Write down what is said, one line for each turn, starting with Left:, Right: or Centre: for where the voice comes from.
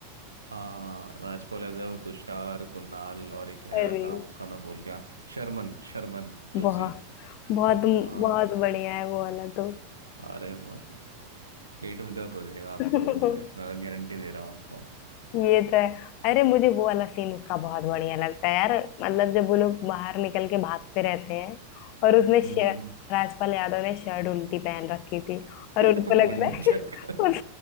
Right: हाँ राजपाल यादव तुषार कुणाल और एक है
Left: अरे
Right: और नाम उसका मैं भूल गया शर्मन शर्मन जोशी
Left: बहुत बहुत
Right: हाँ
Left: बहुत बढ़िया है वो वाला तो
Right: अरे मस्त पेट में दर्द हो जाएगा
Left: वो
Right: आपको
Left: <laughs>
Right: मैं इतना गारंटी दे रहा हूँ आपको
Left: ये तो है अरे मुझे वो वाला सीन उसका बहुत बढ़िया लगता है यार मतलब जब वो लोग बाहर निकल के भागते रहते हैं और उसने
Right: हम्म
Left: शर्ट राजपाल यादव ने शर्ट उल्टी पहन रखी थी और
Right: <laughs>
Left: उनको लगता
Right: मुंडी
Left: है
Right: चटकर
Left: <laughs> उस,